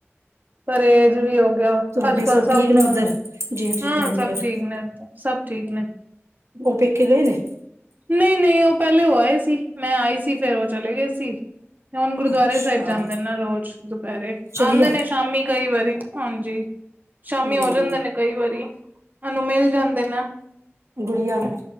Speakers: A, on the right; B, on the right.
A: ਪਰਹੇਜ ਵੀ ਹੋ
B: ਤੁਹਾਡੇ
A: ਅੱਜ, ਕੱਲ ਸਭ
B: ਠੀਕ
A: ਨੂੰਹਾਂ
B: ਨੇ ਉੱਧਰ ਜੇਠ ਜਠਾਣੀ
A: ਸਭ
B: ਔਰ
A: ਠੀਕ ਨੇ ਸਭ ਠੀਕ ਨੇ।
B: ਉਹ ਪੇਕੇ ਗਏ ਨੇ
A: ਨਹੀਂ ਨਹੀਂ ਉਹ ਪਹਿਲੇ ਉਹ ਆਏ ਸੀ ਮੈਂ ਆਈ ਸੀ ਫੇਰ ਉਹ ਚਲੇ ਗਏ ਸੀ ਸੀ। ਹੁਣ ਗੁਰਦੁਆਰੇ
B: ਅੱਛਾ
A: ਸਾਹਿਬ ਜਾਂਦੇ ਨੇ ਨਾ ਰੋਜ਼ ਦੁਪਹਿਰੇ
B: ਚਲੀਆ
A: ਆਉਂਦੇ ਨੇ ਸ਼ਾਮੀ ਕਈ ਵਾਰੀ ਹਾਂਜੀ। ਸ਼ਾਮੀ
B: ਹਮ
A: ਹੋ ਜਾਂਦੇ ਨੇ ਕਈ ਵਾਰੀ ਉਹਨੂੰ ਮਿਲ ਜਾਂਦੇ ਨੇ
B: ਗੁੜੀਆਂ ਨੇ